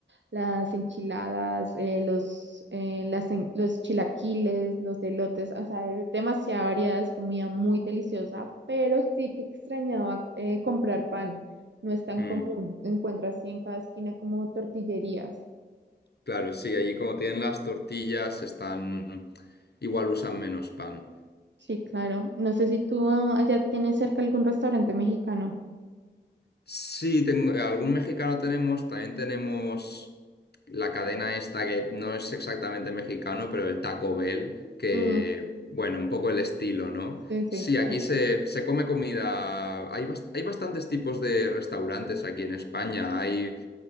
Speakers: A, on the right (about 80°); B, on the left (about 65°).
A: las enchiladas, eh, los, eh, las en- los chilaquiles, los elotes, o sea, hay demasiada variedad, es comida muy deliciosa, pero sí que extrañaba eh, comprar pan, no es tan
B: Mm,
A: común, encuentras así en cada esquina como tortillerías.
B: claro, sí, allí como tienen las tortillas, están... igual usan menos pan.
A: Sí, claro. No sé si tú ah, allá tienes cerca algún restaurante mexicano.
B: Sí, tengo, eh, algún mexicano tenemos, también tenemos la cadena esta que no es exactamente mexicano, pero el Taco Bell, que,
A: Mm,
B: bueno, un poco el estilo, ¿no?
A: sí, sí,
B: Sí,
A: claro.
B: aquí se, se come comida, hay, bas- hay bastantes tipos de restaurantes aquí en España, hay,